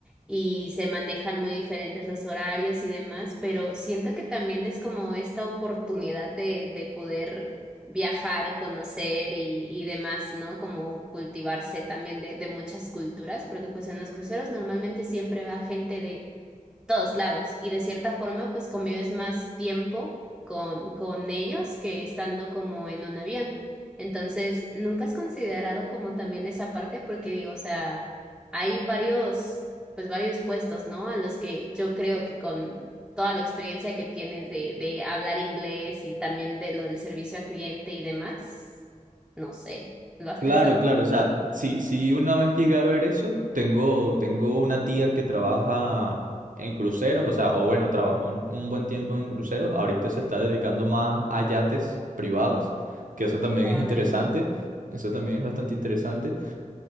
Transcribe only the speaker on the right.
Claro,
claro, o sea, si, si una vez llegué a ver eso, tengo, tengo una tía que trabaja en cruceros, o sea, o bueno, trabajó un, un buen tiempo en cruceros, ahorita se está dedicando más a yates privados, que eso
también
es interesante, eso también es bastante interesante,